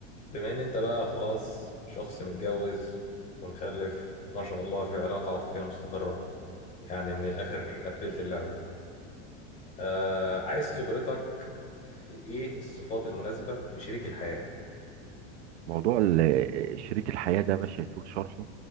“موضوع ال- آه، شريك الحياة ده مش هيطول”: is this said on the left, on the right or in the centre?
Right